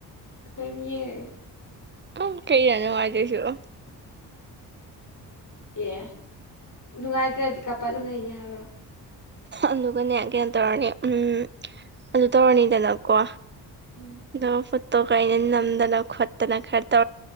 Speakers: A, on the left (about 45°); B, on the right (about 25°).
A: ꯑꯩꯈꯣꯏ ꯑꯗꯨꯝ ꯌꯦꯡꯉꯒꯦ
B: ꯑ ꯀꯩ ꯌꯥꯅ ꯋꯥꯖꯦꯁꯨ
A: ꯑꯦ ꯅꯨꯡꯉꯥꯏꯇ꯭ꯔꯗꯤ ꯀꯄ ꯑꯗꯨꯝ ꯂꯩꯒꯦ ꯍꯥꯏꯔꯣ
B: ꯑꯗꯨꯒꯅꯦ ꯀꯩꯅꯣ ꯇꯧꯔꯅꯤ ꯎꯝ ꯑꯗꯨ ꯇꯧꯔꯅꯤꯗꯅꯀꯣ
A: ꯎꯝ
B: ꯅ ꯐꯠꯇꯣ ꯀꯩꯅ ꯅꯝꯗꯅ ꯈꯠꯇꯅ ꯈꯔ ꯇ